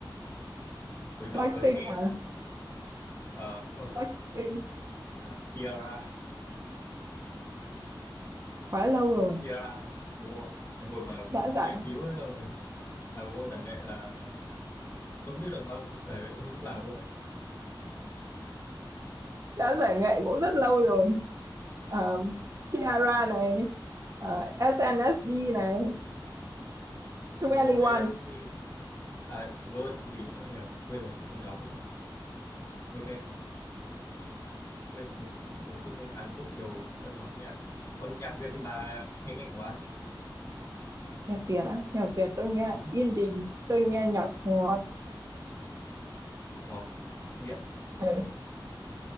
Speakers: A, on the left (about 25°); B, on the right (about 40°).
A: hồi nhỏ
B: Blackpink
A: tôi hay nghe
B: hả
A: ờ, không
B: Blackpink
A: à, Tiara
B: quá lâu rồi
A: Kira đúng không cái hồi mà
B: đã
A: ừ,
B: giải
A: bé xíu ấy, xong rồi à đúng rồi giải nghệ là không biết được bao giải nghệ không lúc nào luôn đấy
B: đã giải nghệ cũng rất lâu rồi Ờ,
A: ừ, ừ.
B: Ciara này ờ, SNSD này
A: ừ. đúng
B: 2NE1
A: rồi ê, cái gì à Gơn gì nữa nhỉ quên rồi không có nhóm nữa Gơn nên quên gì quên rồi nói chung Hàn Quốc nhiều các nhóm nha còn nhạc Việt thì bà hay nghe của ai
B: nhạc Việt á nhạc Việt tôi nghe
A: ừ,
B: indie tôi nghe nhạc ngọt
A: ngọt nghiện
B: ừ.